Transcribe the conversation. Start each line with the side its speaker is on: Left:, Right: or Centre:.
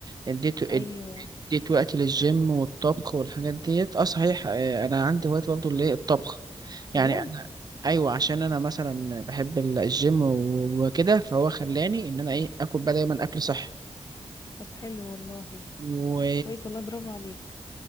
Right: اديت
Left: ايوه
Right: اديت وقتي للجيم والطبخ والحاجات ديت اه صحيح آه، انا عندي وقت برضه اللي هي الطبخ يعني
Left: بجد
Right: انا ايوه عشان انا مثلا بحب ال- الجيم و- وكده فهو خلاني ان انا ايه اكل بقى دايما اكل صحي
Left: طب حلو والله
Right: و...
Left: كويس والله برافو عليك